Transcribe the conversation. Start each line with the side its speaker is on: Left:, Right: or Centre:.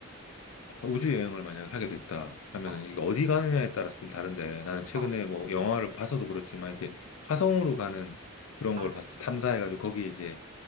Left: 우주 여행을 만약 하게 됐다 하면은
Right: 어,
Left: 이게 어디 가느냐에 따라서 좀 다른데 나는 최근에
Right: 어,
Left: 뭐 영화를 봐서도 그렇지만 이렇게 화성으로 가는 그런
Right: 아,
Left: 걸 봤어. 탐사해가지고 거기 이제